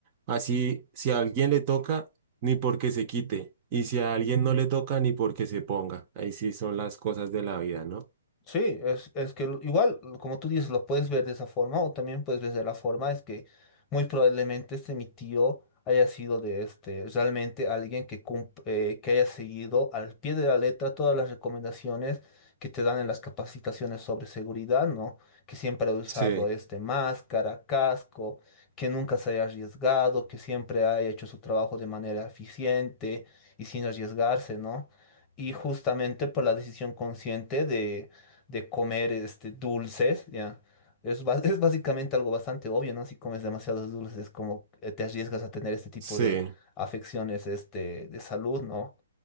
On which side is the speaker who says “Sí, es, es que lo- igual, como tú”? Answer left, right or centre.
Left